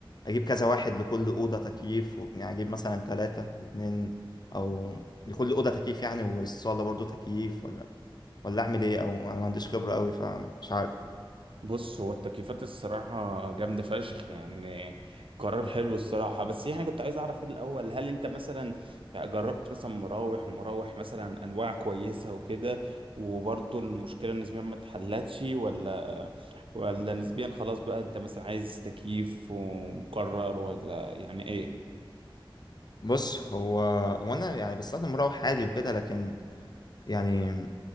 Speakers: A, on the left; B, on the right.
A: اجيب كذا واحد لكل اوضه تكييف و- يعني اجيب مثلا ثلاثة اتنين او لكل اوضه تكييف يعني والصاله برضو تكييف ولا ولا اعمل ايه او انا ما عنديش خبره قوي فمش عارف
B: بص هو التكييفات الصراحة جامدة فشخ يعني قرار حلو الصراحة بس يعني كنت عايز أعرف كده الأول هل أنت مثلا يعني جربت مثلا مراوح ومراوح مثلا أنواع كويسة وكده وبرضه المشكلة نسبيا ما اتحلتش ولا ولا نسبيا خلاص بقى أنت مثلا عايز تكييف ومقرر ولا يعني إيه؟
A: بص هو هو انا يعني بستخدم مروح عادي وكده لكن يعني